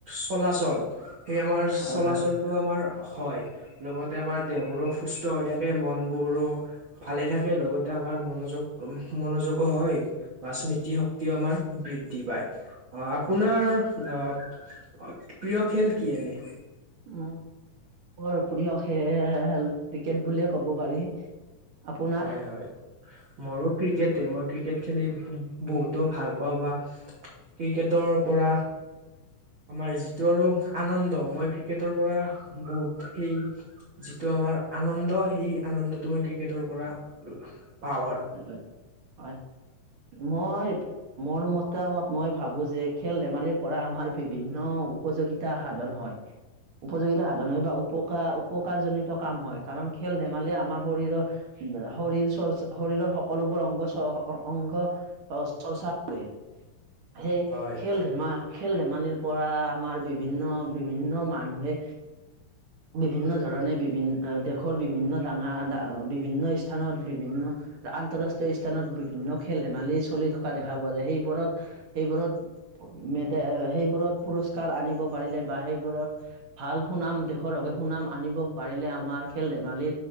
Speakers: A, on the right; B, on the right.
A: চলাচল সেই আমাৰ
B: হয়
A: চলাচলটো
B: হয়
A: আমাৰ হয় লগতে আমাৰ দেহবোৰো সুস্থ হৈ থাকে মনবোৰো ভালে থাকে লগতে আমাৰ মনোযোগ মনোযোগো হয় বা স্মৃতি শক্তিও আমাৰ বৃদ্ধি পায় অ আপোনাৰ অ প্ৰিয় খেল কি এনে?
B: উম মোৰ প্ৰিয় খেল ক্ৰিকেট বুলিয়ে ক'ব পাৰি। আপোনাৰ
A: হয় হয় মোৰো ক্ৰিকেট তে মই ক্ৰিকেট খেলি বহুতো ভাল পাওঁ বা ক্ৰিকেটৰ পৰা আমাৰ যিটো আৰু আনন্দ মই ক্ৰিকেটৰ পৰা বহুত সেই যিটো তোমাৰ আনন্দ সেই আনন্দ তো মই ক্ৰিকেটৰ পৰা পাওঁ আৰু।
B: হয় মই মোৰ মতামত মই ভাবো যে খেল ধেমালিৰ পৰা আমাৰ বিভিন্ন উপযোগিতা সাধন হয় উপযোগিতা সাধন হয় বা উপকাৰ উপকাৰজনিত কাম হয় কাৰণ খেল ধেমালি আমাৰ শৰীৰৰ শৰীৰ চৰ্চ শৰীৰৰ সকলোবোৰ অংগ অংগ চৰ্চা কৰে। সেই
A: হয়
B: খেল ধেমালিত খেল ধেমালিৰ পৰা আমাৰ বিভিন্ন বিভিন্ন মানুহে বিভিন্ন ধৰণে বিভিন্ন দেশৰ বিভিন্ন ডাঙৰ বিভিন্ন স্থানত বিভিন্ন আন্তৰাষ্ট্ৰীয় স্থানত বিভিন্ন খেল ধেমালি চলি থকা দেখা পোৱা যায় সেইবোৰত সেইবোৰত মেড সেইবোৰত পুৰস্কাৰ আনিব পাৰিলে বা সেইবোৰত ভাল সুনাম দেশৰ সুনাম আনিব পাৰিলে আমাৰ খেল ধেমালি